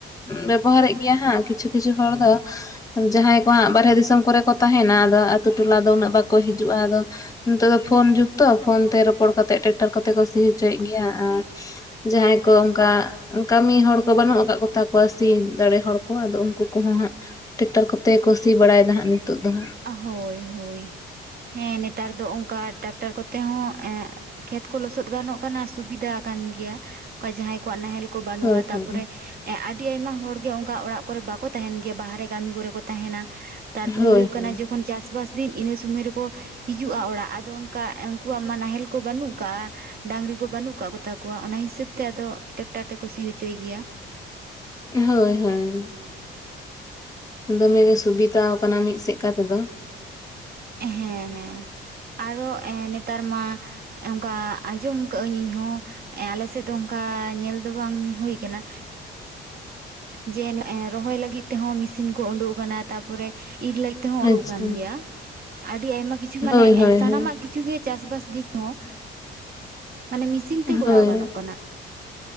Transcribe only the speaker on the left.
ᱵᱮᱵᱚᱦᱟᱨᱮᱜ ᱜᱮᱭᱟ ᱦᱟᱸᱜ ᱠᱤᱪᱷᱩ ᱠᱤᱪᱷᱩ ᱦᱚᱲ ᱫᱚ ᱡᱟᱸᱦᱟᱸᱭ ᱠᱚ ᱦᱟᱸᱜ ᱵᱟᱨᱦᱮ ᱫᱤᱥᱚᱢ ᱠᱚᱨᱮ ᱠᱚ ᱛᱟᱦᱮᱱᱟ ᱟᱫᱚ ᱟᱛᱩ ᱴᱚᱞᱟ ᱫᱚ ᱩᱱᱟᱹᱜ ᱵᱟᱠᱚ ᱦᱤᱡᱩᱜᱼᱟ᱾ ᱟᱫᱚ ᱱᱤᱛᱚᱜ ᱫᱚ ᱯᱷᱳᱱ ᱡᱩᱜᱽ ᱛᱚ ᱯᱷᱳᱱ ᱛᱮ ᱨᱚᱯᱚᱲ ᱠᱟᱛᱮᱫ ᱴᱮᱠᱴᱟᱨ ᱠᱚᱛᱮ ᱠᱚ ᱥᱤ ᱦᱚᱪᱚᱭᱮᱫ ᱜᱮᱭᱟ᱾ ᱟᱨ ᱡᱟᱸᱦᱟᱸᱭ ᱠᱚ ᱚᱝᱠᱟ ᱠᱟᱢᱤ ᱦᱚᱲ ᱠᱚ ᱵᱟᱱᱩᱜ ᱟᱠᱟᱫ ᱠᱚᱛᱟ ᱠᱚᱣᱟ ᱥᱤᱱ ᱫᱟᱲᱮ ᱦᱚᱲ ᱠᱚ ᱟᱫᱚ ᱩᱱᱠᱩ ᱠᱚᱸᱦᱚᱸ ᱦᱟᱸᱜ ᱴᱮᱠᱴᱟᱨ ᱠᱚᱛᱮ ᱜᱮᱠᱚ ᱥᱤ ᱵᱟᱲᱟᱭ ᱫᱟ ᱦᱟᱸᱜ ᱱᱤᱛᱚᱜ ᱫᱚ ᱦᱟᱸᱜ
ᱦᱳᱭ
ᱦᱳᱭ
ᱦᱳᱭ
ᱦᱳᱭ
ᱦᱳᱭ ᱦᱳᱭ ᱫᱚᱢᱮᱜᱮ ᱥᱩᱵᱤᱫᱟ ᱟᱠᱟᱱᱟ ᱢᱤᱫ ᱥᱮᱫ ᱠᱟᱜ ᱛᱮᱫᱚ
ᱟᱪᱪᱷᱟ
ᱦᱳᱭ ᱦᱳᱭ
ᱦᱳᱭ
ᱦᱳᱭ